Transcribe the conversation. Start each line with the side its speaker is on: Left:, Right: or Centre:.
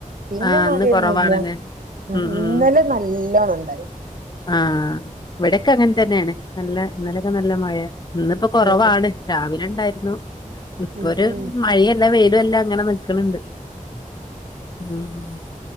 Right: പിന്നെ
Left: ആഹ്
Right: മഴൊന്നൂല്ല
Left: ഇന്ന് കൊറവാണല്ലേ ഉം
Right: ഇന്നലെ
Left: ഉം
Right: നല്ലോണം ഇണ്ടായി
Left: ആഹ് ഇവടെക്കെ അങ്ങൻതന്നേണ് നല്ല ഇന്നലൊക്കെ നല്ല മഴേ ഇന്ന്പ്പൊ കൊറവാണ്
Right: ഉം
Left: രാവിലെ ഇണ്ടായിര്ന്നു ഇപ്പൊ
Right: ഉം ഉം
Left: ഒരു
Right: ഉം
Left: മഴീ അല്ല വെയിലു അല്ലാ അങ്ങനെ നിക്ക്ണണ്ട് ഉം